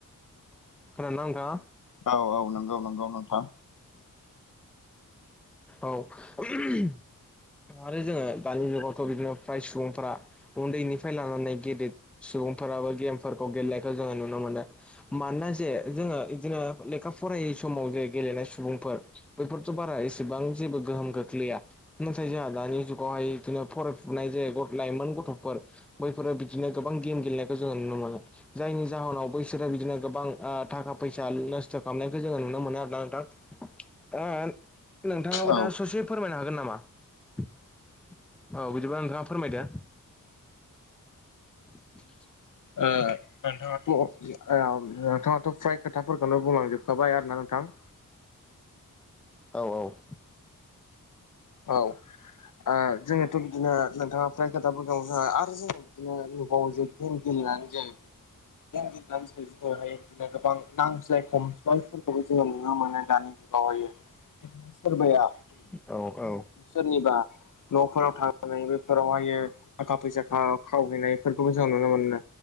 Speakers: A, in the centre; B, on the left.
A: खोनदोंना नोंथाङा?
B: औ औ नंगौ नंगौ नोंथां।
A: औ <unintelligible> आरो जोङो दानि जुगावथ' बिदिनो फ्राय सुबुंफ्रा उन्दैनिफ्राय लानानै गेदेर सुबुंफोराबो गेमफोरखौ गेलेनायखौ जोङो नुनो मोनो। मानोना जे जोङो इदिनो लेखा फरायै समाव जे गेलेनाय सुबुंफोर बैफोरथ' बारा एसेबां जेबो गोहोम खोख्लैया नाथाय जोंहा दानि जुगावहाय बिदिनो फरायफुनाय जे लाइमोन गथ'फोर बैफोरो बिदिनो गोबां गेम गेलेनायखौ जोङो नुनो मोनो। जायनि जाहोनाव बैसोरो बिदिनो गोबां ओ थाखा फैसा नस्थ' खालामनायखौ जोङो नुनो मोनो आरोना नोंथां। <unintelligible> नोंथाङाबो
B: औ ओ
A: दा ससे फोरमायनो हागोन नामा? औ- बिदिबा नोंथाङा फोरमायदो। <inaudible>
B: ओ- नोंथाङाथ' ओं- उम- नोंथाङाथ' फ्राय खोथाफोरखौनो बुंलांजोबखाबाय आरोना नोंथां।
A: औ- औ-
B: औ- ओ- जोङोथ' बिदिनो नोंथाङा फ्राय खोथाबो दङ ज <unintelligible> आरो जों बिदिनो नुबावो जे गेम गेलेनानै जों गेम गेलेनानै जों जोङोहाय <unintelligible> बिदिनो गोबां नांज्लाय खमस्वालफोरखौबो जोङो नुनो मोनो दानि जुगावहायो । सोरबाया
A: औ औ
B: सोरनिबा न'फोराव थांनानै बेफोरावहायो थाखा फैसा खाव- खावहैनायफोरखौबो जों नुनो मोनो।